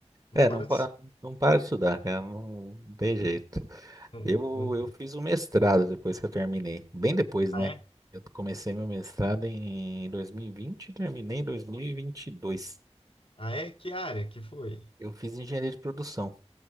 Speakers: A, on the left; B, on the right.
A: não
B: É,
A: para
B: não, pa-
A: de,
B: não para de estudar, cara, não tem jeito.
A: não,
B: Eu,
A: não,
B: eu fiz o mestrado depois que eu terminei. Bem depois,
A: ah,
B: né?
A: é?
B: Eu comecei meu mestrado em 2020 e vinte e terminei em 2022.
A: Ah, é? Que área que foi?
B: Eu fiz engenharia de produção.